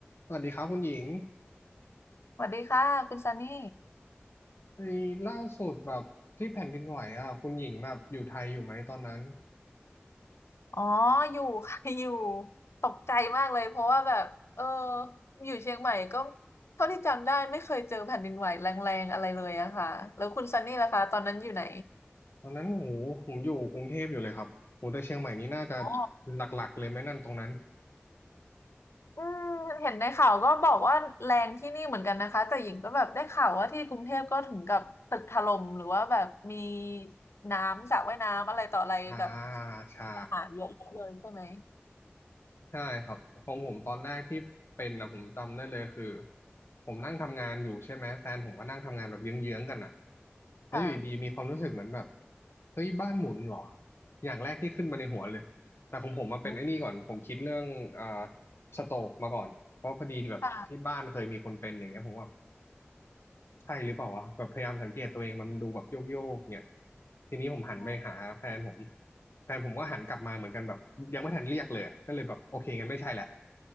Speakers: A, on the left; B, on the left.
A: สวัสดีครับคุณหญิง
B: สวัสดีค่ะคุณซันนี่
A: ไอ้ล่าสุดแบบที่แผ่นดินไหวอ่ะคุณหญิงแบบอยู่ไทยอยู่ไหมตอนนั้น
B: อ๋ออยู่ <laughs> ค่ะ <laughs> อยู่ตกใจมากเลยเพราะว่าแบบเอออยู่เชียงใหม่ก็เท่าที่จำได้ไม่เคยเจอแผ่นดินไหวแรงๆอะไรเลยอะค่ะแล้วคุณซันนี่ล่ะคะตอนนั้นอยู่ไหน
A: ตอนนั้นโหผมอยู่กรุงเทพอยู่เลยครับโหแต่เชียงใหม่นี่น่าจะ
B: อ๋อ
A: หลักๆเลยไหมนั่นตรงนั้น
B: อืมเห็นในข่าวก็บอกว่าแรงที่นี่เหมือนกันนะคะแต่หญิงก็แบบได้ข่าวว่าที่กรุงเทพก็ถึงกับตึกถล่มหรือว่าแบบมีน้ำสระว่ายน้ำอะไรต่ออะไรแบบ
A: อ่าใช่
B: <laughs> หาเยอะเลยใช่ไหม
A: ใช่ครับของผมตอนแรกที่เป็นนะผมจำได้เลยคือผมนั่งทำงานอยู่ใช่ไหมแฟนผมก็นั่งทำงานแบบเยื้องๆกันอ่ะแล้วอยู่ดีๆมีความรู้สึกเหมือนแบบ
B: ค่ะ
A: เฮ้ยบ้านหมุนเหรออย่างแรกที่ขึ้นมาในหัวเลยแต่ของผมมาเป็นไอ้นี่ก่อนผมคิดเรื่องอ่า
B: อืม
A: สโตรกมาก่อนเพราะพอดีแบบที่บ้านเคยมีคนเป็นอย่างเงี้ยผมแบบ
B: ค่ะ
A: ใช่หรือเปล่าวะแบบพยายามสังเกตตัวเองมันดูแบบโยกโยกเนี่ยทีนี้ผมหันไปหาแฟนผม
B: อืม
A: แฟนผมก็หันกลับมาเหมือนกันแบบยังไม่ทันเรียกเลยอะก็เลยแบบโอเคงั้นไม่ใช่แหละ